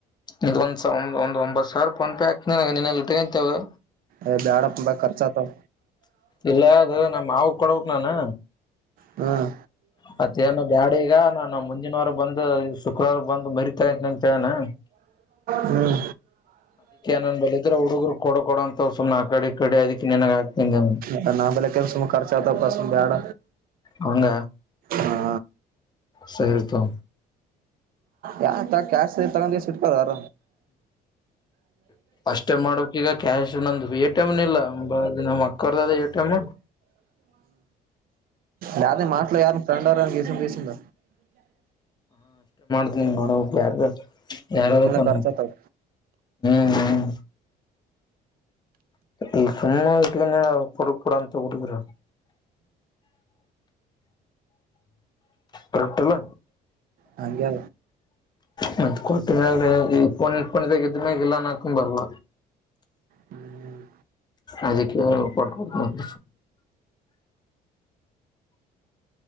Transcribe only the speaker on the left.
ಇ ಒಂದ ಒ ಒಂದ ಒಂಬತ್ ಸಾವಿ ಪೂನ ಪೇ ಹಾಕ್ನ ನಿನ್ನ ಇಟ್ಕಂತೇವೆ
ಇಲ್ಲ ಅದು ನ ಮಾವಗ ಕೊಡಕ್ ನಾನು
ಮತ್ತೇನ ಬ್ಯಾಡ ಈಗ ನಾನು ಮುಂದಿನವಾರ ಬಂದು ಶುಕ್ರಾರ ಬಂದು ಮರಿ ಂತವನಾ
ನನ್ ಬಲ್ಲಿ ಇದ್ರ ಹುಡುಗರು ಕೊಡ ಕೊಡ ಅಂತ ಸುಮ್ನೆ ಆ ಕಡೆ ಈ ಕಡೆ ಅದಕ್ಕೆ ನಿನಗ ಹಾಕ್ತೀನಿ
ಹೌಂದ
ಸರಿತೂ
ಅಷ್ಟೇ ಮಾಡೋಕ್ ಈಗ ಕ್ಯಾಶ್ ನಂದು ಎಟಿ ಎಮ್ ಇಲ್ಲ ನಮ್ಮ್ ಅಕ್ಕರ್ದ ಎಟಿಎಮ
ನೋಡ ಯಾರ್ದ ಯಾರಾಗತ್ತಾ
ಹ್ಮ್ ಹ್ಮ್ ಈ ಸುಮ್ಮ ವಟ್ಟ ನಾ ಕೊಡಕೂಡಂತ ಕುಡುರ ಟ್ರಿಫ್ಟಲ್ಲ
ಮತ್ತತ್ ಕೊಟ್ಟ ಮ್ಯಾಗ ಪ ಪದಾಗ ಇದದ್ಮ್ಯಾಗ ಇಲ್ಲಾನ ಅಕೊಂಡ್ ಬರ್ವ
ಅದಕ್ಕೆ ಕೊಟ್ಟ ಕೊಡ್